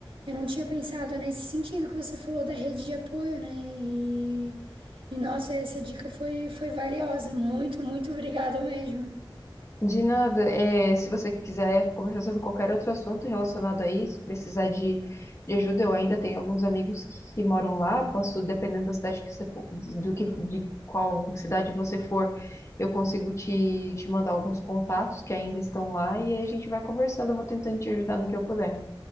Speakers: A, on the right; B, on the left.
A: eu não tinha pensado nesse sentido que você falou da rede de apoio, né? E, e nossa, essa dica foi, foi valiosa. Muito, muito obrigada mesmo.
B: De nada, é, se você quiser conversar sobre qualquer outro assunto relacionado a isso, precisar de, de ajuda, eu ainda tenho alguns amigos que, que moram lá, posso, dependendo da cidade que você, po- do que, de qual cidade você for, eu consigo te, te mandar alguns contatos que ainda estão lá e aí a gente vai conversando, eu vou tentando te ajudar no que eu puder.